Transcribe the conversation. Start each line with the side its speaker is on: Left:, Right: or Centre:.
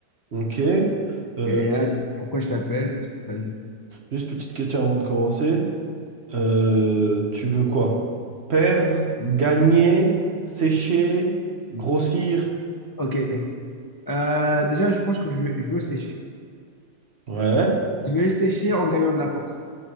Right: ok. Euh,
Left: Ok, Et là, pourquoi je t'appelle? Parce que- vas-y.
Right: juste petite question avant de commencer. Euh, tu veux quoi? Perdre, gagner, sécher, grossir?
Left: Ok. Euh, déjà, je pense que je veux, je veux sécher.
Right: Ouais,
Left: Je veux sécher en gagnant de la force.